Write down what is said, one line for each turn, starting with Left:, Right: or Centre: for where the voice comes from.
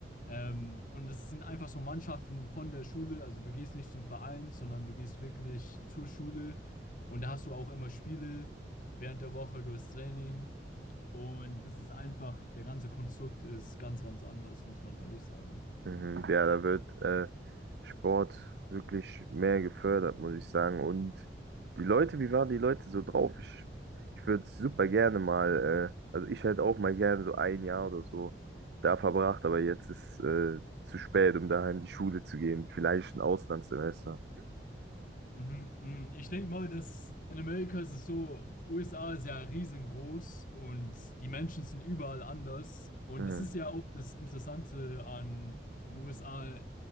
Left: Ähm, und es sind einfach so Mannschaften von der Schule, also du gehst nicht zum Verein, sondern du gehst wirklich zur Schule und da hast du auch immer Spiele während der Woche, du hast Training und das ist einfach, der ganze Konstrukt ist ganz, ganz anders, muss man ehrlich sagen.
Right: Mhm, ja, da wird äh, Sport wirklich mehr gefördert, muss ich sagen. Und die Leute, wie waren die Leute so drauf? Ich, ich würde super gerne mal, äh, also ich hätte auch mal gerne so ein Jahr oder so da verbracht, aber jetzt ist äh, zu spät, um daheim in die Schule zu gehen. Vielleicht ein Auslandssemester.
Left: Mhm, mhm. Ich denke mal, dass in Amerika ist es so, USA ist ja riesengroß und die Menschen sind überall anders. Und
Right: Mhm,
Left: das ist ja auch das Interessante an den USA